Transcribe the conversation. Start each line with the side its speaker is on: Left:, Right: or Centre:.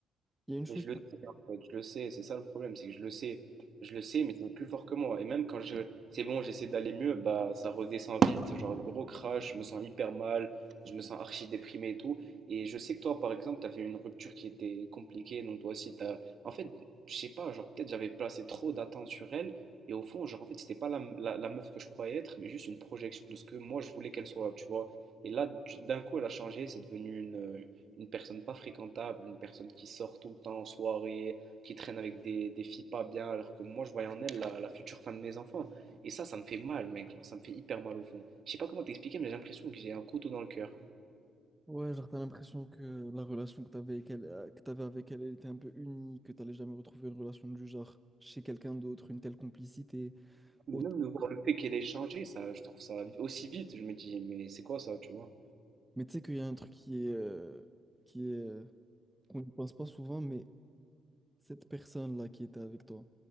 Centre: Il y a une chose
Right: Mais je
Centre: qui...
Right: le sais, en fait, je le sais, c'est ça le problème, c'est que je le sais, je le sais, mais c'est plus fort que moi. Et même quand je, c'est bon, j'essaie d'aller mieux, bah ça redescend vite, genre gros crash, je me sens hyper mal, je me sens archi déprimé et tout. Et je sais que toi, par exemple, t'avais une rupture qui était compliquée, donc toi aussi, t'as, en fait, je sais pas, genre peut-être j'avais placé trop d'attentes sur elle, et au fond, genre en fait, c'était pas la, la, la meuf que je croyais être, mais juste une projection de ce que moi je voulais qu'elle soit, tu vois. Et là, d- d'un coup, elle a changé, c'est devenu une une personne pas fréquentable, une personne qui sort tout le temps en soirée, qui traîne avec des, des filles pas bien, alors que moi je voyais en elle la, la future femme de mes enfants. Et ça, ça me fait mal, mec, genre ça me fait hyper mal au fond. Je sais pas comment t'expliquer, mais j'ai l'impression que j'ai un couteau dans le cœur.
Centre: Ouais, genre, t'as l'impression que la relation que t'avais avec elle, euh, que t'avais avec elle, elle était un peu unique, que t'allais jamais retrouver une relation du genre chez quelqu'un d'autre, une telle complicité,
Right: Mais
Centre: autre.
Right: même de voir le fait qu'elle ait changé, ça, je trouve ça aussi vite, je me dis, mais c'est quoi ça, tu vois?
Centre: Mais tu sais qu'il y a un truc qui est... euh, qui est... euh, qu'on ne pense pas souvent, mais cette personne-là qui était avec toi,